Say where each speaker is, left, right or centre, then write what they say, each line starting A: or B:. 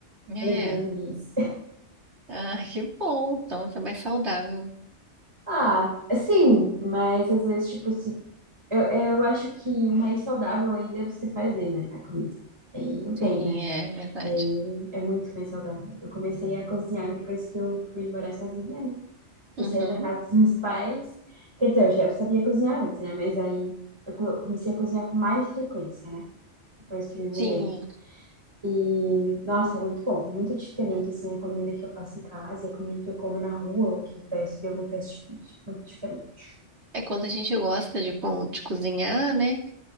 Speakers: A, on the right (about 70°); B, on the right (about 25°).
A: É.
B: legumes.
A: Ah, que bom. Então, isso é mais saudável.
B: Ah, sim, mas às vezes, tipo, se, eu, eu acho que o mais saudável ainda é você fazer, né, a comida. Aí não
A: Sim,
B: tem, né?
A: é verdade.
B: Aí é muito mais saudável. Eu comecei a cozinhar depois que eu fui morar sozinha, né? Que
A: Uhum.
B: eu saí da casa dos <laughs> meus pais. Quer dizer, eu já sabia cozinhar antes, né? Mas aí eu co- comecei a cozinhar com mais frequência, né? Depois que me mudei.
A: Sim,
B: E, nossa, é muito bom. Muito diferente, assim, a comida que eu faço em casa e a comida que eu como na rua ou que eu peço de algum fast food. Muito diferente.
A: É quando a gente gosta de, co- de cozinhar, né?